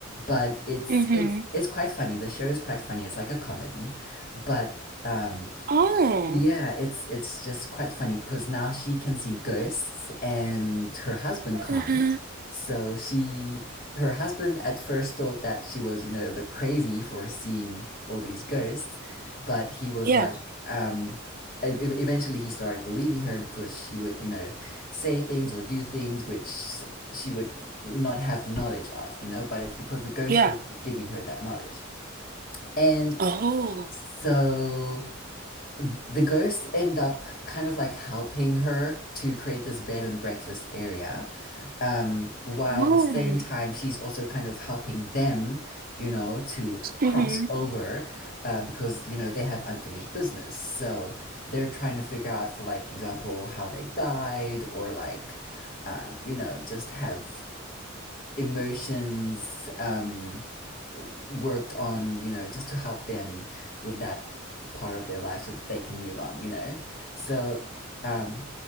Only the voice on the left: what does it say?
But it's
it's it's quite funny. The show is quite funny. It's like a comedy, but um,
yeah, it's it's just quite funny because now she can see ghosts and her husband can't.
So she her husband at first thought that she was, you know, a bit crazy for seeing all these ghosts, but he was
like um e- e- eventually he started believing her because she would, you know, say things or do things which s- she would not have the knowledge of, you know, but it's because the ghost
was giving her that knowledge. And
so the ghosts end up kind of like helping her to create this bed and breakfast area, um, while
the same time she's also kind of helping them, you know, to cross
over uh, because you know they have unfinished business. So they're trying to figure out, for like example, how they died or like, um, you know, just have emotions um, worked on, you know, just to help them with that part of their life so that they can move on, you know? So um,